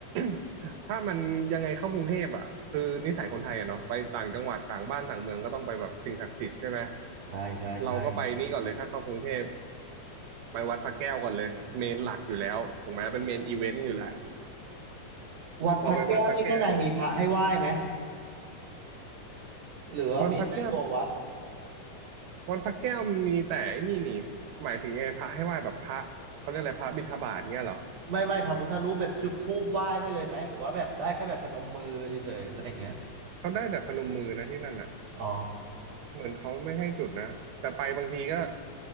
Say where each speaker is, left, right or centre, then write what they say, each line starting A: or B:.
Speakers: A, on the right (about 85°); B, on the right (about 65°).
A: <coughs> ถ้ามันยังไงเข้ากรุงเทพอ่ะคือนิสัยคนไทยอ่ะเนาะไปต่างจังหวัดต่างบ้านต่างเมืองก็ต้องไปแบบสิ่งศักดิ์สิทธิ์ใช่ไหม
B: ใช่ใช่ใช่
A: เราก็ไปนี่ก่อนเลยถ้าเข้ากรุงเทพไปวัดพระแก้วก่อนเลยเมนหลักอยู่แล้วถูกไหมเป็นเมนอีเวนต์อยู่แหละ
B: วัดพระแก้วนี่ข้างในมีพระให้ไหว้ไหม
A: พอไปวัดพระแก้ว
B: หรือว่ามีแค่ตัววัด
A: วัดพระแก้ววัดพระแก้วมีแต่ไอ้นี่นี่หมายถึงยังไงพระให้ไหว้แบบพระเขาเรียกอะไรพระบิณฑบาตเงี้ยเหรอ
B: ไม่ไม่พระพุทธรูปแบบจุดธูปไหว้ได้เลยไหมหรือว่าแบบได้แค่แบบพนมมือเฉยๆอะไรอย่างเงี้ย
A: เขาได้แต่พนมมือนะที่นั่นอ่ะ
B: อ๋อ
A: เหมือนเขาไม่ให้จุดนะแต่ไปบางทีก็